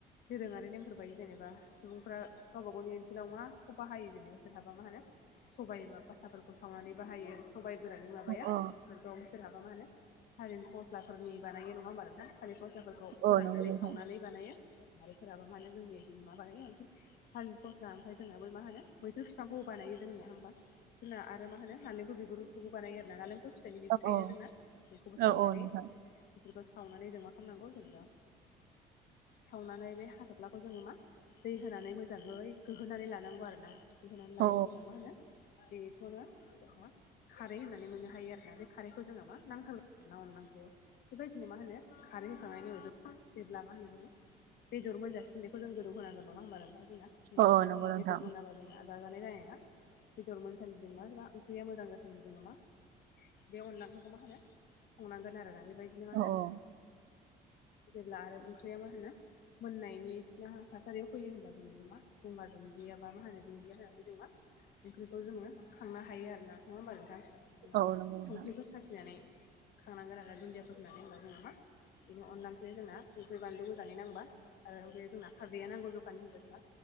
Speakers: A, on the left; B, on the right.
A: दोरोङारि नेमफोर बायदि जेनेबा सुबुंफ्रा गावबा गावनि ओनसोलाव माखौ बाहायो जेनेबा सोरहाबा मा होनो सबाइ एबा बास साफोरखौ सावनानै बाहायो सबाय गोरानानि माबा
B: अ
A: बेफोरखौ सोरहाबा मा होनो थालिर फस्लाफोरनि बानायो नङा होमबा नोंथां थालिर फस्लाफोरखौ
B: औ
A: फोराननानै
B: नंगौ नोंथां
A: सावनानै बानायो आरो सोरहाबा माहोनो जोंनि बादिनो मा बानायो बांसिन थालिर फस्ला ओमफ्राय जोंना बै मा होनो मैथ्रु बिफांखौ बानायो जों जोंनिया होमबा जोंना आरो मा होनो नालेंखर बिगुरखौबो बानायो आरो ना नालेंखल फिथाइनि बिगुर
B: औ
A: थायोना
B: औ
A: जोंना बेखौबो सावनानै
B: औ औ नोंथां
A: बिसोरखौ सावनानै जों मा खालामनांगौ जेनेबा सावनानै बे हाथ'फ्लाखौ जोङो मा दै होनानै मोजाङै गोहोनानै लानांगौ आरो ना बिदिहोनानै लायोबा
B: औ
A: जोंना मा होनो बेखौनो जोंहा खारै होन मोननो हायो आरोना बे खारैखौ जोङो मा नांथार न अनला ओंख्रियाव बेबायदिनो मा होनो खारै होखांनायनि उनाव जों जेब्ला मा होनो जोङो बेदर मोनजासिन बेखौ जों गोदौ होनांगोन नङा होमबा नोंथां जोंना नङाब्ला
B: औ
A: जोंना
B: नंगौ
A: बेदर
B: नोंथां
A: मोनाबा जोंना जाजानाय जानाय नोङा बेदर मोनसान्दिजों मा ओंख्रिया मोजां जासान्दिजों मा बे अनला ओंख्रिखौ मा होनो संनांगोन आरोना बेबायदिनो मा
B: औ
A: होनो
B: औ
A: जेब्ला आरो ओंख्रिया मा होनो मोननायनि बे ना थासारियाव फैयो होनब्ला जोङो न' मा गंगार दुन्दिया बा माह होनो दुन्दिया होननानै जों मा ओंख्रिखौ जोङो खांनो हायो आरो ना नङा होमबा नोंथां जेनेबा
B: औ नंगौ
A: संख्रिफोर
B: नोंथां
A: साफिनानै खांनांगोन आरो ना दुन्दियाफोर होननानै होनबा जेनेबा बिनि अनला ओं ख्रिया जोंना संख्रि बानलु मोजाङै नांबा आरो बे जोंना खारदैया नांगौ जखानि होयोब्ला जोंना